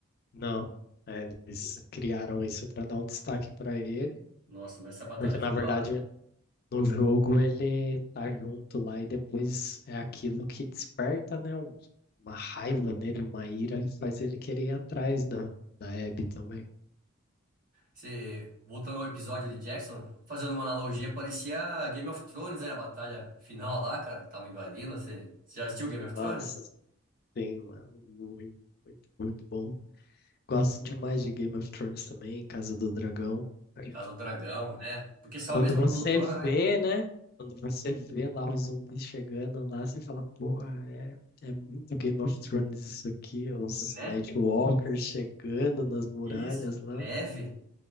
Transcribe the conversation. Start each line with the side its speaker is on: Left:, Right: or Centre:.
Left: Não, é, eles criaram isso pra dar um destaque pra ele,
Right: Nossa, mas essa batalha
Left: porque na
Right: foi
Left: verdade
Right: da hora.
Left: No jogo ele tá junto lá e depois é aquilo que desperta, né? um- uma raiva nele, uma ira que faz ele querer ir atrás da, da Abby também.
Right: Você, voltando ao episódio de Jackson, fazendo uma analogia, parecia Game of Thrones, né? A batalha final lá, cara, que tava invadindo. Você, você já assistiu Game of
Left: Nossa,
Right: Thrones?
Left: sim, mano. Muito, muito, muito bom. Gosto demais de Game of Thrones também, Casa do Dragão. Acho
Right: Casa
Left: que
Right: do Dragão, né? Porque são
Left: Quando
Right: a mesma
Left: você
Right: produtora,
Left: vê,
Right: né?
Left: né? Quando você vê lá os zumbis chegando lá, você fala, porra, é, é muito Game of Thrones isso aqui, os
Right: Né?
Left: Nightwalkers chegando nas muralhas
Right: Isso.
Left: lá.
Right: Neve.